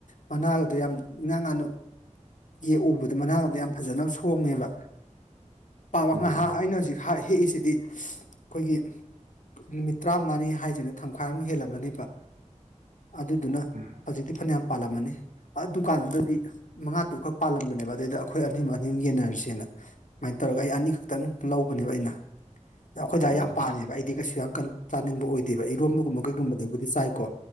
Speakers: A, on the left; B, on the right.
A: ꯃꯅꯥꯒꯗꯣ ꯌꯥꯝ ꯏꯉꯥꯡ ꯉꯟꯅꯥ ꯌꯦꯛꯎꯕꯗ ꯃꯅꯥꯒꯗꯣ ꯌꯥꯝ ꯐꯖꯅ ꯁꯣꯡꯉꯦꯕ <unintelligible> ꯍꯧꯖꯤꯛ
B: ꯎꯝ
A: ꯍꯥꯏ ꯍꯦꯛꯏꯁꯤꯗꯤ ꯑꯩꯈꯣꯏꯒꯤ ꯅꯨꯃꯤꯠ ꯇꯔꯥꯃꯉꯥꯅꯤ ꯍꯥꯏꯗꯣꯏꯅꯤ ꯊꯝꯈꯥꯏꯃꯨꯛ ꯍꯦꯜꯂꯝꯃꯅꯦꯕ ꯑꯗꯨꯗꯨꯅ
B: ꯎꯝ
A: ꯍꯧꯖꯤꯛꯇꯤ ꯐꯅꯌꯥꯝ ꯄꯥꯜꯂꯝꯃꯅꯤ ꯗꯨꯀꯥꯟꯗꯨꯗꯗꯤ ꯃꯉꯥ ꯇꯔꯨꯛꯈꯛ ꯄꯥꯜꯂꯝꯕꯅꯦꯕ ꯑꯗꯨꯗꯩꯗ ꯑꯩꯈꯣꯏ ꯑꯅꯤ ꯑꯅꯤꯝ ꯌꯦꯟꯅꯔꯤꯁꯦꯅ ꯁꯨꯃꯥꯏꯅ ꯇꯧꯔꯒ ꯑꯩ ꯑꯅꯤꯈꯛꯇꯪ ꯂꯧꯕꯅꯦꯕ ꯑꯩꯅ ꯑꯩꯈꯣꯏꯗ
B: ꯎꯝ
A: ꯌꯥꯝ ꯄꯥꯝꯃꯦꯕ ꯑꯩꯗꯤ ꯀꯩꯁꯨ ꯌꯥꯝ ꯆꯥꯅꯤꯡꯕ ꯑꯣꯏꯗꯦꯕ ꯏꯔꯣꯝꯕꯒꯨꯝꯕ ꯀꯩꯒꯨꯝꯕꯗꯕꯨꯗꯤ ꯆꯥꯏꯀꯣ